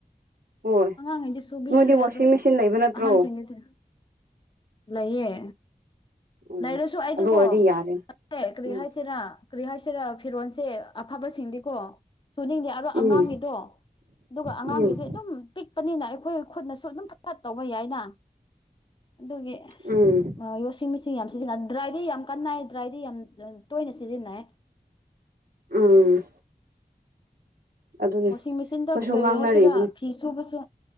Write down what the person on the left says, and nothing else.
ꯑꯉꯥꯡꯉꯩꯗꯤ ꯁꯨꯕꯤꯈ꯭ꯔꯦ
ꯑꯗꯨ
ꯑꯍꯟꯁꯤꯡꯒꯤꯗꯤ ꯂꯩꯌꯦ
ꯂꯩꯔꯁꯨ ꯑꯩꯗꯤꯀꯣ
<unintelligible> ꯀꯔꯤ
ꯍꯥꯏꯁꯤꯔꯥ ꯀꯔꯤ ꯍꯥꯏꯁꯤꯔꯥ ꯐꯤꯔꯣꯟꯁꯦ ꯑꯐꯕꯁꯤꯡꯗꯤꯀꯣ ꯁꯨꯅꯤꯡꯗꯦ ꯔ
ꯑꯉꯥꯡꯒꯤꯗꯣ ꯑꯗꯨꯒ ꯑꯉꯥꯡꯒꯤꯗꯤ
ꯑꯗꯨꯝ ꯄꯤꯛꯄꯅꯤꯅ ꯑꯩꯈꯣꯏ ꯈꯨꯠꯅꯁꯨ ꯑꯗꯨꯝ ꯐꯠ ꯐꯠ ꯇꯧꯕ ꯌꯥꯏꯅ ꯑꯗꯨꯒꯤ
ꯋꯥꯁꯤꯡ ꯃꯦꯁꯤꯟ ꯌꯥꯝ ꯁꯤꯖꯤꯟꯅ ꯗ꯭ꯔꯥꯏꯗꯤ ꯌꯥꯝ ꯀꯟꯅꯥꯏ ꯗ꯭ꯔꯥꯏꯗꯤ ꯌꯥꯝ ꯇꯣꯏꯅ ꯁꯤꯖꯤꯟꯅꯩ
ꯋꯥꯁꯤꯡ
ꯃꯦꯆꯤꯟꯗ ꯀꯔꯤ
ꯍꯥꯏꯁꯤꯔꯥ ꯐꯤ ꯁꯨꯕꯁꯨ